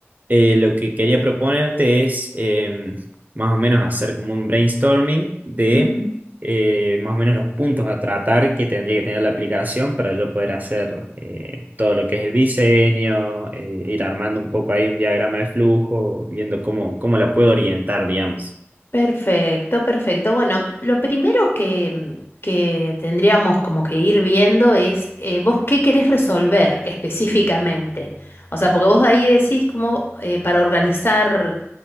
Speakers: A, on the right; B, on the left.
A: Eh, lo que quería proponerte es em, más o menos hacer como un brainstorming de
B: Ujú.
A: eh, más o menos los puntos a tratar que tendría que tener la aplicación para yo poder hacer eh, todo lo que es el diseño, eh, ir armando un poco ahí un diagrama de flujo, viendo cómo, cómo la puedo orientar, digamos.
B: Perfecto, perfecto. Bueno, lo primero que, mm, que tendríamos como que ir viendo es eh, vos qué querés resolver específicamente. O sea, porque vos ahí decís como eh, para organizar.